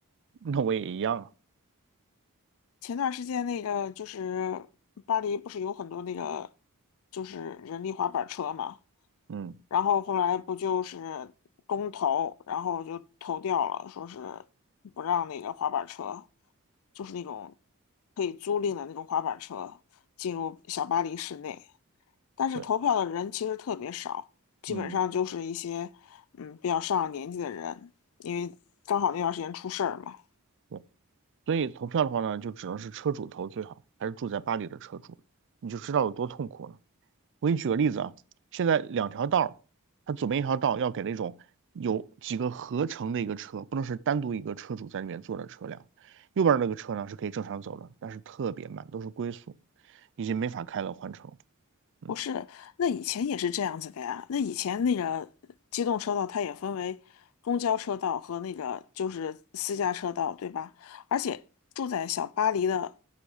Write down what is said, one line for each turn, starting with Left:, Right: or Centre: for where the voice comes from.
Right: 那我也一样啊。
Left: 前段时间那个就是巴黎不是有很多那个就是人力滑板车嘛，
Right: 嗯，
Left: 然后后来不就是公投，然后就投掉了，说是不让那个滑板车，就是那种可以租赁的那种滑板车进入小巴黎市内，但是投票的人其实特别少，
Right: 对，
Left: 基本上就是一些嗯比较上了年纪的人，
Right: 嗯，
Left: 因为刚好那段时间出事儿嘛。
Right: 对。所以投票的话呢，就只能是车主投最好，还是住在巴黎的车主，你就知道有多痛苦了。我给你举个例子啊，现在两条道儿它左边一条道要给那种有几个合成的一个车，不能是单独一个车主在里面坐的车辆。右边那个车呢是可以正常走的，但是特别慢，都是龟速，已经没法开了，换乘。嗯
Left: 不是，那以前也是这样子的呀。那以前那个机动车道，它也分为公交车道和那个就是私家车道，对吧？而且住在小巴黎的